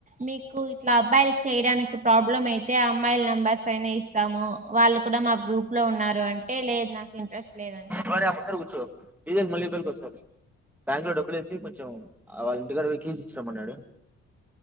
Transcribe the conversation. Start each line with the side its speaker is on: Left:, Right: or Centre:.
Right: మీకు ఇట్లా అబ్బాయిలకి చేయడానికి ప్రాబ్లమ్ అయితే ఆ అమ్మాయిల్ నెంబర్స్ అయినా ఇస్తాము వాళ్ళు కూడా మా గ్రూప్ లో ఉన్నారు అంటే లేదు నాకు ఇంట్రెస్ట్ లేదని చెప్తే
Centre: వాడి పక్కన కూచ్చో డిజ మళ్ళ కలుకో సార్ బ్యాంక్ లో డబ్బు లేసి కొంచెం వాళ్ళ ఇంటికాడ కీస్ ఇచ్చి రమ్మన్నాడు.